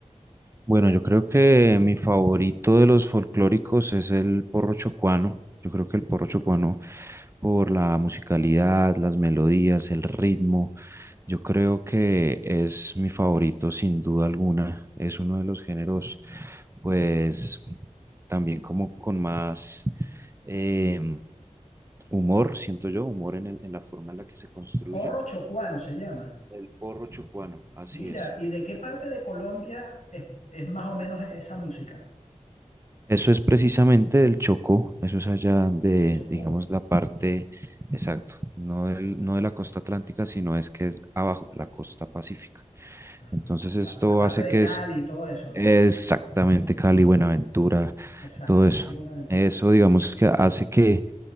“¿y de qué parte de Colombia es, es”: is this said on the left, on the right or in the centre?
Left